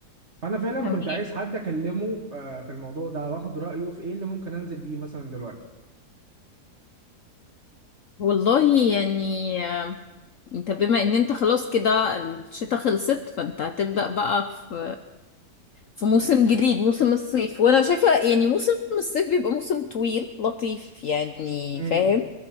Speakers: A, on the right (about 45°); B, on the left (about 55°).
A: انا فعلا
B: تمام
A: كنت عايز حد اكلمه آه، في الموضوع ده واخد رايه في ايه اللي ممكن انزل بيه مثلا دلوقتي
B: والله يعني آه، انت بما ان انت خلاص كده الشتاء خلصت فانت هتبدأ بقى في في موسم جديد موسم الصيف وانا شايفة يعني موسم الصيف بيبقى موسم طويل لطيف يعني
A: امم
B: فاهم